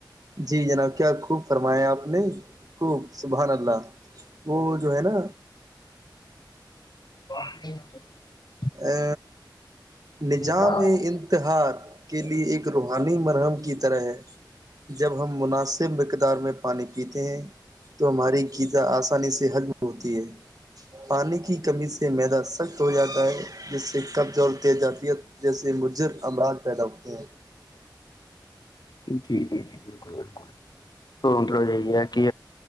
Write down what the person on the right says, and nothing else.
جی جناب کیا خوب فرمایا آپ نے خوب سبحان اللہ وہ جو ہے نا
ا نظام
انتحاد کے لئے ایک روحانی مرحم کی طرح ہے جب ہم مناسب مقدار میں پانی پیتے ہیں تو ہماری گیذا آسانی سے حجم ہوتی ہے پانی کی کمی سے میدہ سخت ہو جاتا ہے جس سے قبض دیے جاتی ہے جیسے مجر امراض پیدا ہوتے ہیں